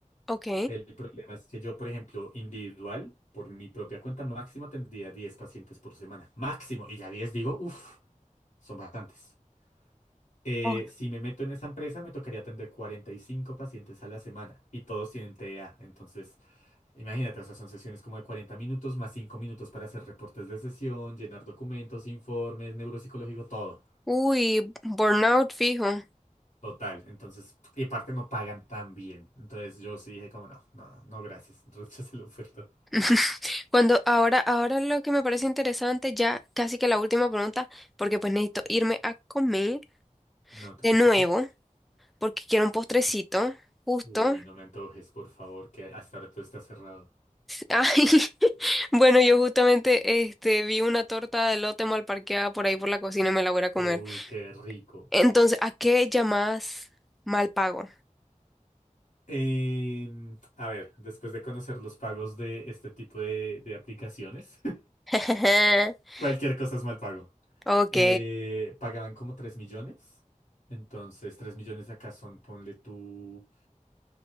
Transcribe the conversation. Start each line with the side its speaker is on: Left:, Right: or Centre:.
Centre: ok.
Left: El problema es que yo, por ejemplo, individual, por mi propia cuenta máximo tendría 10 pacientes por semana. Máximo. Y ya 10 digo, uff, son bastantes. Eh,
Centre: Oh,
Left: si me meto en esa empresa, me tocaría atender 45 pacientes a la semana y todos tienen TEA. Entonces, imagínate, o sea, son sesiones como de 40 minutos más 5 minutos para hacer reportes de sesión, llenar documentos, informes, neuropsicológico, todo.
Centre: Uy, burnout fijo.
Left: Total, entonces, y aparte no pagan tan bien. Entonces yo sí dije como no, no, no, no, gracias. Entonces <laughs> hice la oferta.
Centre: <laughs> Cuando ahora, ahora lo que me parece interesante, ya casi que la última pregunta, porque pues necesito irme a comer
Left: No te
Centre: de
Left: preocupes.
Centre: nuevo, porque quiero un postrecito, justo.
Left: Uy, no me antojes, por favor, que hasta ahora todo está cerrado.
Centre: Ay, <laughs> bueno, yo justamente este, vi una torta de lote mal parqueada por ahí por la cocina y me la voy a ir a comer.
Left: Uy, qué rico.
Centre: Entonces, ¿a qué llamas mal pago?
Left: Em, a ver, después de conocer los pagos de este tipo de, de aplicaciones,
Centre: <laughs>
Left: <laughs> cualquier cosa es mal pago.
Centre: Ok,
Left: Eh, pagaban como 3 millones. Entonces, 3 millones de acá son, ponle tú...